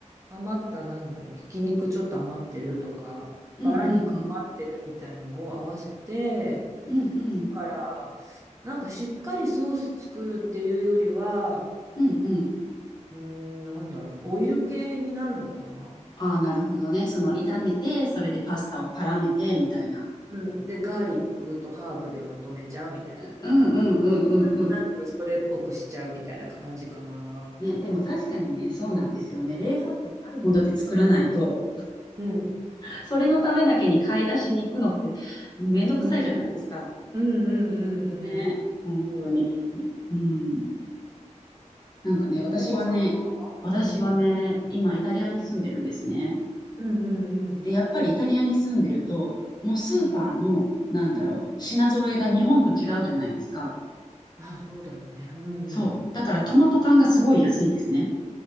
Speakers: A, on the right; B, on the left.
A: 余った、なんだろう、ひき肉ちょっと余ってるとか、
B: うん、
A: バラ肉余ってるみたいのを合わせて、
B: うん、うん、うん、うん、
A: だから、なんかしっかりソース作るっていうよりは、
B: うんうん。
A: うーん、なんだろうね。オイル系になるのかな。
B: ああ、なるほどね。その炒めて、それでパスタを絡めて、みたいな。
A: うん。で、ガーリックとハーブでまとめちゃうみたいな。
B: うん、うん、うん、うん、
A: なんとなくそれっぽくしちゃうみたいな感じかな。
B: うん。ね、でも確かにね、そうなんですよね。冷蔵庫にあるもので作らないと、
A: うん。
B: それのためだけに買い出しに行くのってめんどくさいじゃないですか。
A: うん。うんうんうんうん。
B: ね、本当に。
A: そ
B: うん。なんかね、
A: う。えー、
B: 私はね、
A: まこさんは
B: 私はね、
A: うん。
B: 今イタリアに住んでるんですね。
A: うんうんうん。
B: で、やっぱりイタリアに住んでると、もうスーパーの、
A: うん。
B: なんだろう、
A: うん
B: 品揃えが日本と違うじゃないですか。
A: あ、そうだよね。うん。
B: そう。だからトマト缶がすごい安いんですね。